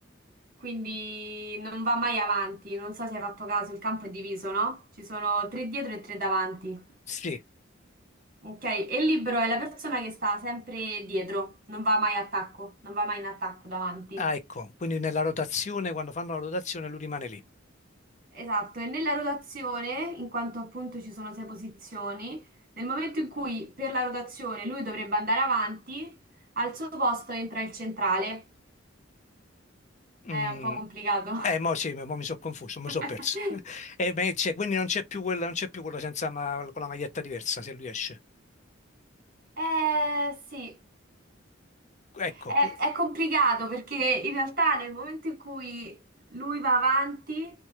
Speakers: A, on the right; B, on the left.
A: quindi non va mai avanti. Non so se hai fatto caso, il campo è diviso, no? Ci sono tre dietro e tre davanti.
B: Sì,
A: Ok, e il libero è la persona che sta sempre dietro, non va mai a attacco, non va mai in attacco davanti.
B: ah, ecco, quindi nella rotazione, quando fanno la rotazione lui rimane lì.
A: Esatto, e nella rotazione, in quanto appunto ci sono sei posizioni, nel momento in cui per la rotazione lui dovrebbe andare avanti, al suo posto entra il centrale. È
B: Mm,
A: un po' complicato.
B: Eh, mo sì, mo mi sono confuso, mi
A: <laughs>
B: sono perso. <laughs> E beh, c'è- quindi non c'è più quella, non c'è più quello senza ma- con la maglietta diversa se lui esce.
A: Eh sì.
B: Ecco,
A: È,
B: cu-
A: è complicato perché in realtà nel momento in cui lui va avanti,